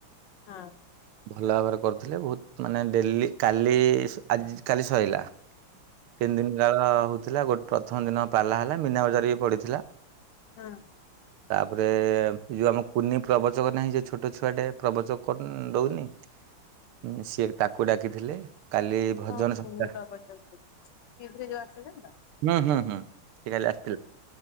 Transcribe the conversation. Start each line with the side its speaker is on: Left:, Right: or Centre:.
Left: ହଁ।
Right: ଭଲ ଭାବରେ କରୁଥୁଲେ ବହୁତ ମାନେ ଡେଲି କାଲି ସ ଆଜି କାଲି ସଇଲା। ତିନି ଦିନ କାଳ ହଉଥିଲା। ଗୋ ପ୍ରଥମ ଦିନ ପାଲା ହେଲା ମିନା ବଜାର ବି ପଡ଼ିଥିଲା।
Left: ହଁ।
Right: ତାପରେ ଯୋଉ ଆମ କୁନି ପ୍ରବଚକ ନାହିଁ ଯେ ଛୋଟ ଛୁଆଟେ ପ୍ରବଚକ କର ଦଉନି? ଉଁ ସିଏ ତାକୁ ଡାକିଥିଲେ। କାଲି ଭଜନ
Left: ହଁ କୁନି
Right: ସଂସ୍ଥା
Left: ପ୍ରବଚକ ଗୋଟେ ଅଛି। ଟି ଭି ରେ ଯୋଉ ଆସୁଚନ୍ତି ତ?
Right: ଉଁ ହୁଁ ହୁଁ ସେ କାଲି ଆସିଥିଲା।